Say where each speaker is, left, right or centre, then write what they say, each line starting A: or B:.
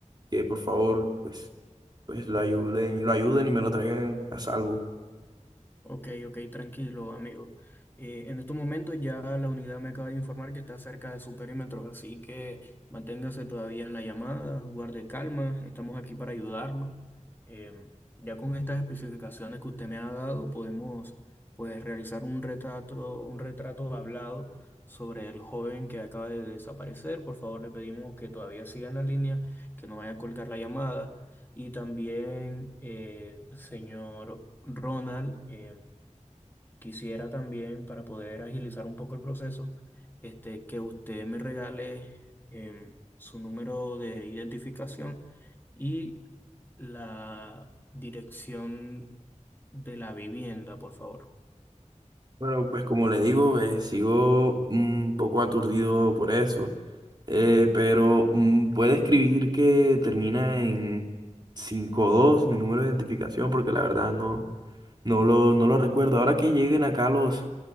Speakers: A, on the right (about 35°); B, on the left (about 15°).
A: que por favor pues pues lo ayuden, lo ayuden y me lo traigan a salvo.
B: Ok, ok, tranquilo, amigo. Eh, en estos momentos ya la unidad me acaba de informar que está cerca de su perímetro, así que manténgase todavía en la llamada, guarde calma, estamos aquí para ayudarlo. Em, ya con estas especificaciones que usted me ha dado, podemos pues realizar un retrato, un retrato hablado sobre el joven que acaba de desaparecer. Por favor, le pedimos que todavía siga en la línea, que no vaya a colgar la llamada. Y también, eh, señor Ronald, eh, Quisiera también, para poder agilizar un poco el proceso, este, que usted me regale em, su número de identificación y la dirección de la vivienda, por favor.
A: Bueno, pues como le digo, eh, sigo un poco aturdido por eso, eh, pero mm, puede escribir que termina en cinco dos mi número de identificación, porque la verdad no, no lo, no lo recuerdo. Ahora que lleguen acá los,